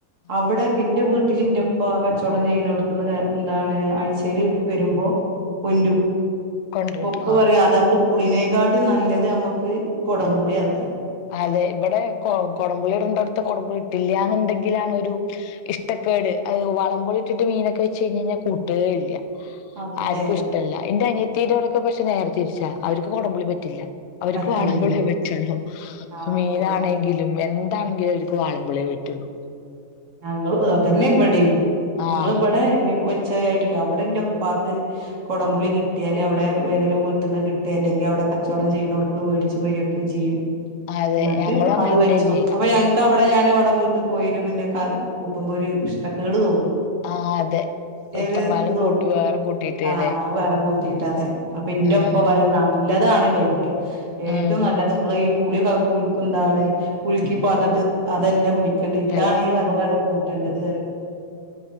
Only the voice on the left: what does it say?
ആഹ്
കൊണ്ടരും
ആഹ്
അതെ ഇവിടെ കൊ കൊടംപളി രണ്ടടുത്ത് കൊടംപുളി ഇട്ടില്ലന്നുണ്ടെങ്കിലാണ് ഒരു ഇഷ്ടക്കേട് അത് വള്ളം ഇട്ടിട്ട് മീനൊക്കെ വെച്ച് കഴിഞ്ഞഞ് കഴിഞ്ഞൽ കൂട്ടുകേ ഇല്ല
ആർക്കും ഇഷ്ടല്ല എന്റെ അനിയ തീരോടെൊക്കെ പക്ഷെ നേര തിരിച്ച അവർക്ക് കുടംപൊളി പറ്റില്ല അവർക്ക്
വാളംപോളി പറ്റുള്ളൂ
മീനാണെങ്കിലും
എന്താണെങ്കിലും അവർക്ക് വാളൻപുളയേ പറ്റുള്ളൂ
ആഹ്
അതെ
ഞങ്ങളും അങ്ങനെന്നെ
ചെയ്യാ
ആഹ് അതെ ഇത്ര
നാളും
കൂട്ടി വേറെ കൂട്ടിയിട്ടല്ലേ
ഉം
ഉം
ഹലോ